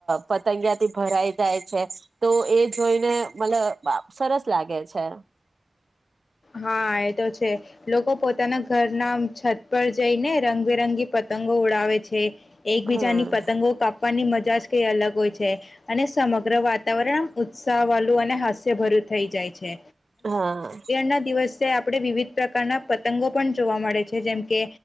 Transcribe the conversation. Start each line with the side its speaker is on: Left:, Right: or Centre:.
Right: પતંગિયાથી ભરાઈ જાય છે તો એ જોઈને મતલ સરસ લાગે છે
Left: હા આ છે લોકો પોતાના ઘરના છત પર જઈને રંગબેરંગી પતંગો ઉડાવે છે એકબીજાની
Right: હા
Left: પતંગો કાપવાની મજા જાસ અગ અને સમગ્ર વાતાવરણ ઉત્સાહ વા ું અને હાસ્યભર્યું થઈ જાય છે
Right: હા
Left: ના દિવસે આપણે વિવિધ પ્રકારના પતંગો પણ જોવા મળે છે જેમ કે